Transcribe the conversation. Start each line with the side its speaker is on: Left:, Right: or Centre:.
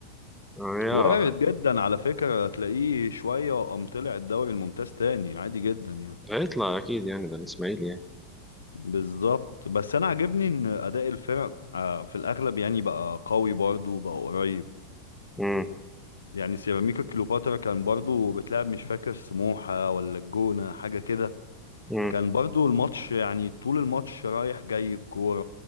Centre: آه،
Left: وارد جدا على فكرة تلاقيه شوية وقام طلع الدوري الممتاز تاني عادي جدا يعني
Centre: يا هيطلع أكيد يعني ده الإسماعيلي يعني
Left: بالظبط بس انا عاجبني ان اداء الفرق آه، في الاغلب يعني بقى قوي برضه بقى قريب
Centre: مم.
Left: يعني سيراميكا كليوباترا كان برضه بتلعب مش فاكر سموحة ولا الجونة حاجة كده
Centre: مم.
Left: كان برضه الماتش يعني طول الماتش رايح جاي الكورة